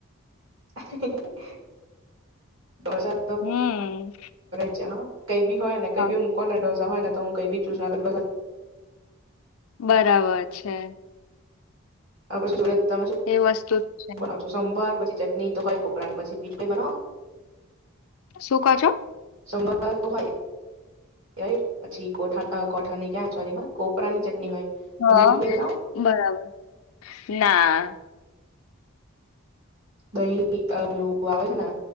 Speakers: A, on the right; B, on the left.
A: <unintelligible> દોસાટ
B: હમ
A: છે હા. કઈ ભી હો ને કઈ
B: હા,
A: મકો નને દોર હોય ને તો હું કઈ બી ચુસ ના કર
B: બરાબર છે.
A: આ પછી જોડે તમે શું
B: એ વસ્તુ જ છે.
A: બનાવ છો સંભાર પછી ચટણી તો હોય કોપરા ની પછી બીજ ભઈ બનાવો.
B: શું કાચો?
A: સંભર તો હોય, રાઈટ પછી કોઠા કોઠાની ક્યા સોરી હ કોપરા ની ચટણી હોય.
B: હા,
A: બીજું કઈ બનાવો
B: બરાબર, ના.
A: દહી આવે છે ને,